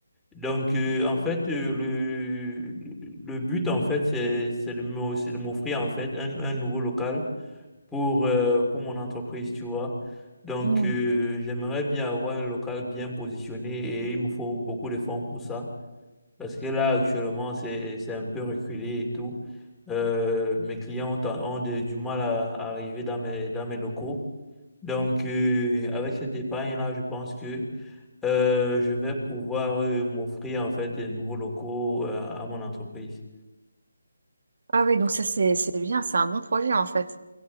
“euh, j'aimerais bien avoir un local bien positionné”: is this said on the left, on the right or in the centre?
Centre